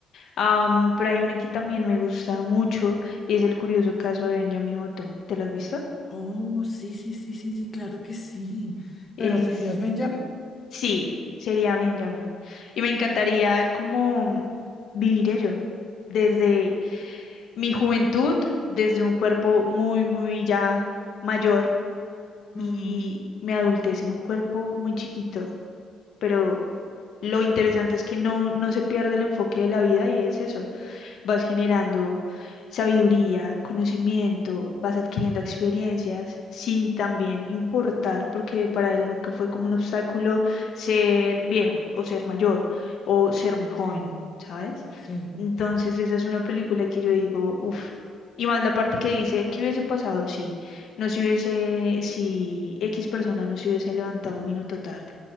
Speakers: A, on the left; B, on the left.
A: Am, pero hay una que también me gusta mucho y es el curioso caso de Benjamin Button. ¿Te lo has visto?
B: Oh, sí, sí, sí, sí, sí, claro que sí.
A: Es,
B: Pero serías Benjamin.
A: sí, sería Benjamin. Y me encantaría como vivir ello desde mi juventud, desde un cuerpo muy, muy ya mayor
B: Ujú,
A: y me adultece en un cuerpo muy chiquito, pero lo interesante es que no, no se pierde el enfoque de la vida y es eso, vas generando sabiduría, conocimiento, vas adquiriendo experiencias sin también importar, porque para él nunca fue como un obstáculo ser viejo o ser mayor o ser muy joven,
B: Sí,
A: ¿sabes?
B: sí.
A: Entonces esa es una película que yo digo, uff. Y más la parte que dice, ¿qué hubiese pasado si no se hubiese, si X persona no se hubiese levantado un minuto tarde?